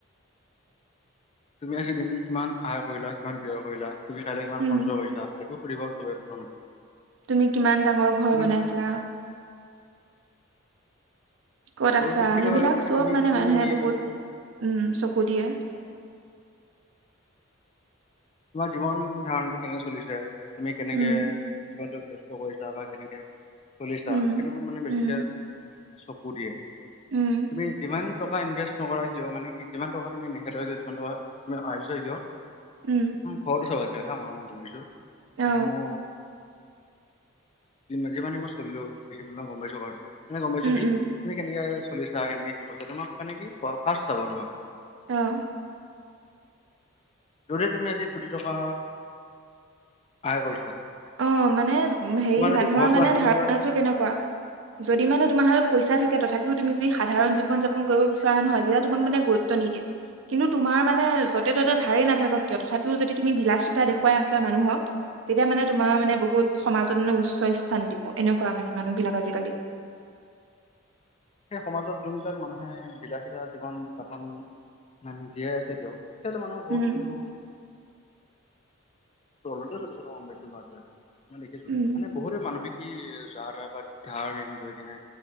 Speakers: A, on the left; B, on the right.
A: তুমি, আজি দিনটো কিমান আয় কৰিলা, কিমান ব্যয় কৰিলা। তুমি কাইলৈ কিমান
B: উম
A: সঞ্চয় কৰিছাঁ, সেইটো সুধিব চবে প্ৰথমতে
B: তুমি কিমান ডাঙৰ ঘৰ
A: মানে
B: বনাইছা ক'ত
A: পৰিপ্ৰেক্ষিত
B: আছা, সেইবিলাক
A: ভাৱে
B: চব
A: তুমি
B: মানে
A: কি
B: মানুহে বহুত
A: মানে
B: উম, চকু দিয়ে।
A: তোমাৰ জীৱন ধাৰণটো কেনেকে চলিছে তুমি কেনেকে,
B: উম
A: কৰিছা বা কেনেকে চলিচা
B: উম
A: সেইটো বোৰ মানে বেছিকে,
B: উম
A: চকু দিয়ে।
B: উম
A: তুমি যিমান টকা ইনভেষ্ট নকৰা কিয়, মানে কি যিমান টকা তুমি নেখেদাও কিয় যিমান টকা তুমি আজিচা কিয়
B: উম
A: ঘৰটো চাবা কিয় হা মই গম পাইছোঁ,
B: অ
A: মানে মো মানে মই চলিলো। <unintelligible> গম পাইছো <unintelligible> মানে গম পাইছোঁ
B: উম
A: কি,
B: উম
A: তুমি কেনেকে ফুৰিছা কেনেকে কি কৰিছাঁ তোমাক মানে কি ফাৰ্ষ্ট চাব তোমাক
B: আহ
A: যদি তুমি আজি কোটি টকা আয় কৰিছা
B: অ মানে হেৰি
A: তোমাৰ যদি
B: মানুহৰ
A: ঘৰতো
B: মানে
A: আছে এনেকুৱাত
B: ধাৰণাটো কেনেকুৱা যদি মানে তোমাৰ হাতত পইচা থাকে। তথাপিও তুমি যি সাধাৰণ জীৱন যাপন কৰিব বিচৰা নহয় যেতিয়া তোমাক মানে গুৰুত্ব নিদিয়ে কিন্তু তোমাৰ মানে য'তে ত'তে ধাৰেই নাথাকক কিয় তথাপিও যদি তুমি বিলাসীতা দেখুৱাইছা মানুহক তেতিয়া মানে। তোমাৰ মানে বহুত সমাজত মানে উচ্চ স্থান দিব এনেকুৱা মানে মানুহ বিলাক আজি কালি।
A: সেই সমাজত যোনবিলাক মানুহে বিলাসিতা জীৱন যাপন মানে জীয়াই আছে তেওঁক। কালি মানুহৰ বহুত।
B: উম
A: চলোতে চলিছে মই গম পাইছোঁ ভালকে অলপ। মই দেখিছো
B: উম
A: মানে বহুতে মানসিক। কি যাৰ তাৰ পৰা ধাৰ লৈ কিনে